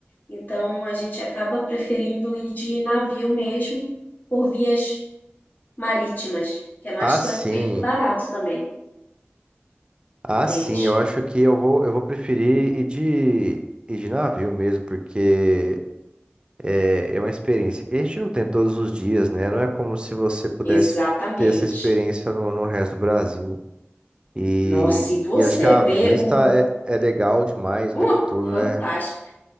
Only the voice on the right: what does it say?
Ah, sim.
Ah,
sim, eu acho que eu vou, eu vou preferir ir de, ir de navio mesmo, porque é, é uma experiência que a gente não tem todos os dias, né? Não é como se você pudesse
ter essa experiência no, no resto do Brasil. E,
e acho que a
vista
é, é legal demais o
tempo todo,
né?